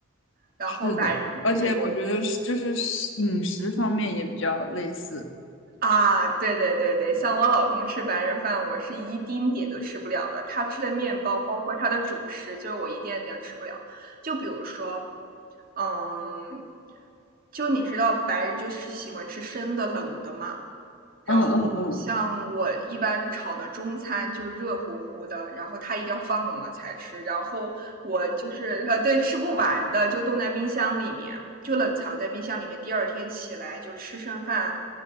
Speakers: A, on the right (about 40°); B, on the left (about 60°).
A: 然后白，
B: 是的，而且我觉得是就是饮食方面也比较类似。
A: 对对对啊，对对对对，像我老公吃白人饭，我是一丁点都吃不了的，他吃的面包，包括他的主食，就是我一点点吃不了。就比如说，嗯，就你知道白人就是喜欢吃生的、冷的嘛。然后像我一般炒的中餐就是热乎乎的，
B: 嗯嗯嗯，
A: 然后他一定要放冷了才吃。然后我就是呃，对，吃不完的就冻在冰箱里面，就冷藏在冰箱里面。第二天起来就吃剩饭，